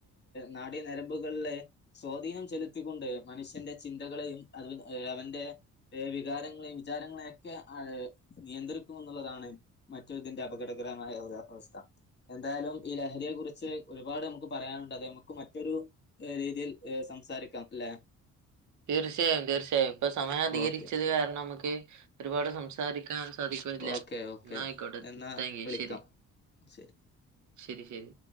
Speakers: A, on the left; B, on the right.
A: നാടീനരമ്പുകളിലെ സ്വാധീനം ചെലുത്തിക്കൊണ്ട് മനുഷ്യന്റെ ചിന്തകളെയും അത് ഏ അവന്റെ ഏ വികാരങ്ങളെയും വിചാരങ്ങളെ ഒക്കെ ആ നിയന്ത്രിക്കും എന്നുള്ളതാണ് മറ്റു ഇതിന്റെ അപകടം മായ അവസ്ഥ എന്തായാലും ഈ ലഹരിയെ കുുറിച്ച് ഒരുപാട് നമുക്ക് പറയാനുണ്ട് അത് നമുക്ക് മറ്റൊരു രീതിയിൽ സംസാരിക്കാം അല്ലെ
B: തീർച്ചയായും തീർച്ചയായും ഇപ്പൊ സമയം അധികരിച്ചത്
A: ഓക്കെ
B: കാരണം നമുക്ക് ഒരുപാട് സംസാരിക്കാൻ സാധിക്കല്ല
A: ഓക്കെ ഓക്കെ
B: എന്ന ആയിക്കോട്ടെ
A: എന്നാ
B: താങ്ക് യു
A: വിളിക്കാം
B: ശരി
A: ശരി
B: ശരി ശരി